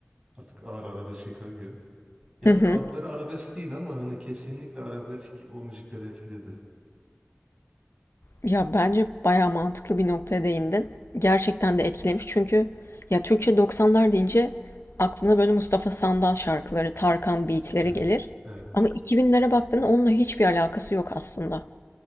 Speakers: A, on the right; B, on the left.
A: artık ağır arabeske kayıyor. Yani
B: Hı hı.
A: adları arabesk değil ama hani kesinlikle arabesk o müzikleri etkiledi.
B: Ya bence bayağı mantıklı bir noktaya değindin. Gerçekten de etkilemiş çünkü ya Türkçe doksanlar deyince aklına böyle Mustafa Sandal şarkıları, Tarkan beatleri
A: Evet.
B: gelir.
A: Evet.
B: Ama 2000'lere baktığında onunla hiçbir alakası yok aslında.